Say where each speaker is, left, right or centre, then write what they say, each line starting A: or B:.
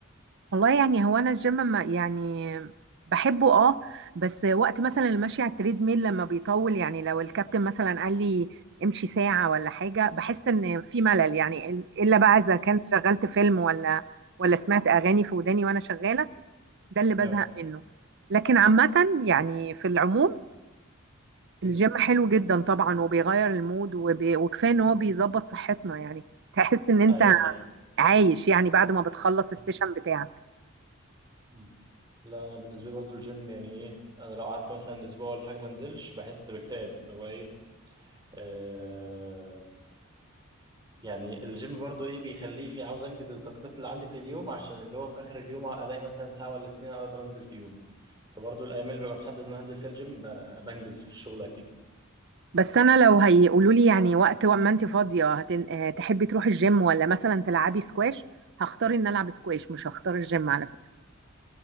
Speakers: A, on the right (about 55°); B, on the right (about 20°).
A: والله يعني هو انا الجيم ما يعني بحبه اه بس وقت مثلا المشي على التريد ميل لما بيطول يعني لو الكابتن مثلا قال لي امشي ساعه ولا حاجه بحس ان في ملل يعني الا بقى اذا كنت شغلت فيلم ولا ولا سمعت اغاني في وداني وانا شغاله ده اللي بزهق
B: اه
A: منه لكن عامة يعني في العموم
B: مم.
A: الجيم حلو جدا طبعا وبيغير المود وبي... وكفاية ان هو بيظبط صحتنا يعني تحس ان انت
B: ايوه اكيد
A: عايش يعني بعد ما بتخلص السيشن
B: مم.
A: بتاعك
B: مم. لا انا بالنسبه لي برضو الجيم يعني ايه انا لو قعدت مثلا اسبوع ولا حاجه ما انزلش بحس باكتئاب اللي هو ايه آه يعني الجيم برضو ايه بيخليني عاوز انجز التاسكات اللي عندي في اليوم عشان اللي هو في اخر اليوم الاقي مثلا ساعه ولا اتنين اقدر انزل فيهم فبرضو الايام اللي ببقى محدد ان انا هنزل فيها الجيم ب- بنجز في الشغل اكيد
A: بس انا لو هيقولوا لي يعني وقت ما انت فاضية هتن... آه، تحبي تروحي الجيم ولا مثلا تلعبي سكواش هختار ان العب سكواش مش هختار الجيم على فكرة